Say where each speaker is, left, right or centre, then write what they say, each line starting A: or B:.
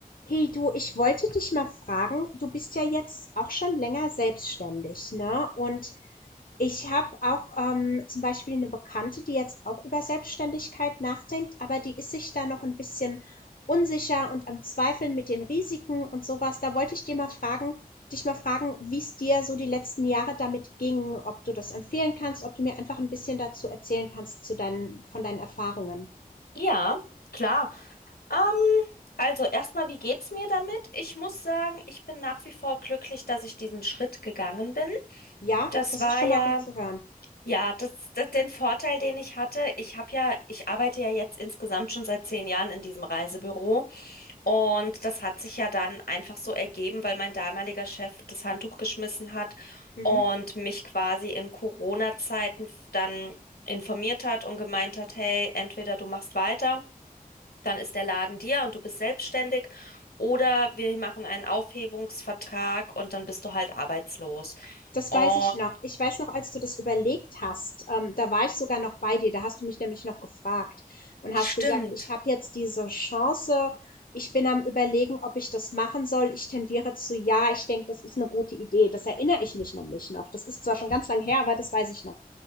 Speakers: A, on the left (about 65°); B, on the left (about 85°).
A: Hey du, ich wollte dich mal fragen, du bist ja jetzt auch schon länger selbstständig, ne? Und ich habe auch ähm, zum Beispiel eine Bekannte, die jetzt auch über Selbstständigkeit nachdenkt, aber die ist sich da noch ein bisschen unsicher und am Zweifeln mit den Risiken und sowas. Da wollte ich dir mal fragen, dich mal fragen, wie es dir so die letzten Jahre damit ging, ob du das empfehlen kannst, ob du mir einfach ein bisschen dazu erzählen kannst zu deinen, von deinen Erfahrungen.
B: Ja, klar. Ähm, also erstmal, wie geht's mir damit? Ich muss sagen, ich bin nach wie vor glücklich, dass ich diesen Schritt gegangen bin.
A: Ja,
B: Das
A: das
B: war
A: ist schon
B: ja,
A: mal gut zu hören.
B: ja, das, das den Vorteil, den ich hatte. Ich habe ja, ich arbeite ja jetzt insgesamt schon seit zehn Jahren in diesem Reisebüro und das hat sich ja dann einfach so ergeben, weil mein damaliger Chef das Handtuch geschmissen hat
A: Mhm.
B: und mich quasi in Corona-Zeiten dann informiert hat und gemeint hat, hey, entweder du machst weiter dann ist der Laden dir und du bist selbstständig. Oder wir machen einen Aufhebungsvertrag und dann bist du halt arbeitslos.
A: Das
B: Und
A: weiß ich noch. Ich weiß noch, als du das überlegt hast, ähm, da war ich sogar noch bei dir. Da hast du mich nämlich noch gefragt und hast
B: stimmt.
A: gesagt, ich habe jetzt diese Chance. Ich bin am Überlegen, ob ich das machen soll. Ich tendiere zu ja. Ich denke, das ist eine gute Idee. Das erinnere ich mich nämlich noch. Das ist zwar schon ganz lang her, aber das weiß ich noch.